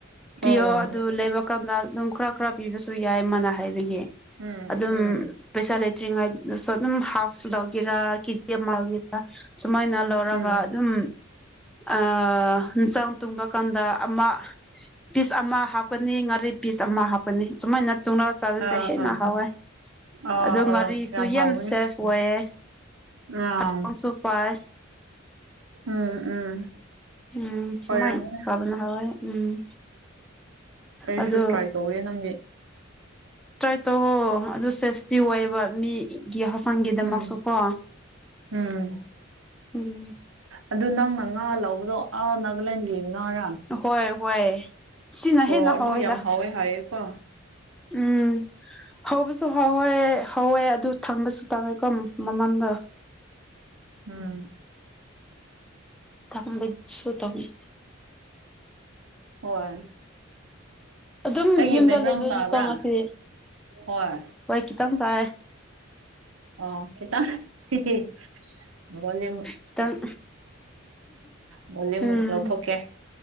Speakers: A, in the centre; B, on the right (about 80°).
A: ꯄꯤꯌꯣ
B: ꯑꯣ
A: ꯑꯗꯨ ꯂꯩꯕꯛ ꯀꯠꯂ ꯑꯗꯨꯝ ꯈꯔ ꯈꯔ ꯄꯤꯕꯁꯨ ꯌꯥꯏ ꯃꯥꯅ ꯍꯥꯏꯕꯒꯤ
B: ꯎꯝ
A: ꯑꯗꯨꯝ
B: ꯎꯝ
A: ꯄꯩꯁꯥ ꯂꯩꯇꯔꯤꯉꯩꯗꯁꯨ ꯑꯗꯨꯝ ꯍꯥꯐ ꯂꯧꯒꯦꯔꯥ ꯀꯦꯖꯤ ꯑꯃ ꯂꯧꯒꯦꯔ ꯁꯨꯃꯥꯏꯅ ꯂꯧꯔꯒ
B: ꯎꯝ
A: ꯑꯗꯨꯝ ꯑꯥ ꯍꯤꯟꯆꯥꯎ ꯇꯨꯡꯕ ꯀꯥꯟꯗ ꯑꯃ ꯄꯤꯁ ꯑꯃ ꯍꯥꯞꯀꯅꯤ ꯉꯥꯔꯤ ꯄꯤꯁ ꯑꯃ ꯍꯥꯞꯀꯅꯤ ꯁꯨꯃꯥꯏꯅ ꯇꯨꯡꯔꯒ ꯆꯥꯕꯤꯁꯦ
B: ꯑꯥ
A: ꯍꯦꯟꯅ
B: ꯑꯥ
A: ꯍꯥꯎꯋꯦ
B: ꯑꯥ
A: ꯑꯗꯨ ꯉꯥꯔꯤꯁꯨ
B: ꯑꯥ
A: ꯌꯥꯝ
B: ꯍꯥꯎꯋꯦ
A: ꯁꯦꯐ ꯑꯣꯏꯌꯦ
B: ꯑꯥ
A: ꯍꯆꯥꯡꯁꯨ ꯄꯥꯏ
B: ꯎꯝ ꯎꯝ
A: ꯎꯝ ꯁꯨꯃꯥꯏꯅ
B: ꯑꯣꯏꯔꯝꯃꯦ
A: ꯆꯥꯕꯅ ꯍꯥꯎꯋꯦ ꯎꯝ
B: ꯑꯩꯁꯨ
A: ꯑꯗꯨ
B: ꯇ꯭ꯔꯥꯏ ꯇꯧꯋꯦ ꯅꯪꯒꯤ
A: ꯇ꯭ꯔꯥꯏ ꯇꯧꯍꯣ ꯑꯗꯨ ꯁꯦꯐꯇꯤ ꯑꯣꯏꯌꯦꯕ ꯃꯤ ꯒꯤ ꯍꯛꯆꯥꯡꯒꯤꯗꯃꯛꯁꯨꯀꯣ
B: ꯎꯝ ꯎꯝ
A: ꯎꯝ
B: ꯑꯗꯨ ꯅꯪꯅ ꯉꯥ ꯂꯧꯕꯗꯣ ꯑꯥ ꯅꯥꯒꯥꯂꯦꯟꯒꯤ ꯉꯥꯔꯥ
A: ꯑꯈꯣꯏ ꯍꯣꯏ ꯁꯤꯅ
B: ꯑꯣ
A: ꯍꯦꯟꯅ
B: ꯑꯗꯨ
A: ꯍꯥꯎꯋꯦꯗ
B: ꯌꯥꯝ ꯍꯥꯎꯋꯦ ꯍꯥꯏꯌꯦꯀꯣ
A: ꯎꯝ ꯍꯧꯕꯁꯨ ꯍꯥꯎꯋꯦ ꯍꯧꯋꯦ ꯑꯗꯨ ꯊꯪꯕꯁꯨ ꯇꯥꯡꯉꯦꯀꯝ ꯃꯃꯟꯗ
B: ꯎꯝ
A: ꯇꯥꯡꯕ ꯁꯨꯠ ꯇꯥꯡꯉꯦ
B: ꯍꯣꯏ
A: ꯑꯗꯨꯝ
B: ꯑꯩꯒꯤ
A: ꯌꯨꯝꯗ
B: ꯕꯦꯛꯒ꯭ꯔꯥꯎꯟ
A: ꯂꯩꯗꯣꯏꯅꯤꯀꯣ
B: ꯇꯥꯕ꯭ꯔꯥ
A: ꯉꯁꯤ
B: ꯍꯣꯏ
A: ꯍꯣꯏ ꯈꯤꯇꯪ ꯇꯥꯏ
B: ꯑꯣ ꯈꯤꯇꯪ ꯍꯤꯍꯤ ꯃꯣꯜꯂꯤ
A: ꯈꯤꯇꯪ
B: ꯚꯣꯂꯤꯌꯨꯝ
A: ꯎꯝ
B: ꯂꯧꯊꯣꯛꯀꯦ